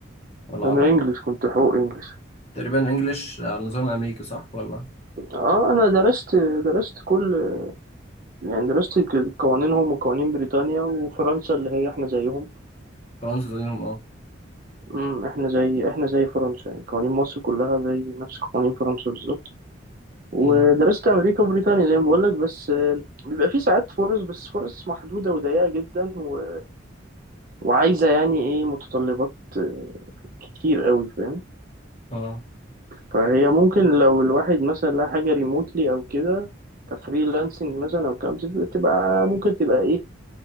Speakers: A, on the left (about 30°); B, on the right (about 45°).
A: ولا
B: انا
A: عربي
B: انجلش كنت حقوق انجلش
A: تقريبا إنجلش على النظام الأمريكي صح ولا
B: اه انا درست درست كل يعني درست قوانينهم وقوانين بريطانيا وفرنسا اللي هي احنا زيهم
A: فرنسا زيهم اه
B: امم احنا زي احنا زي فرنسا يعني قوانين مصر كلها زي نفس قوانين فرنسا بالظبط ودرست
A: أمم،
B: امريكا وبريطانيا زي ما بقول لك بس آه، بيبقى في ساعات فرص بس فرص محدوده وضيقه جدا و... وعايزه يعني ايه متطلبات آه، كتير قوي فاهم
A: اه
B: فهي ممكن لو الواحد مثلا لها حاجه ريموتلي او كده كفريلانسنج مثلا او كام تبقى ممكن تبقى ايه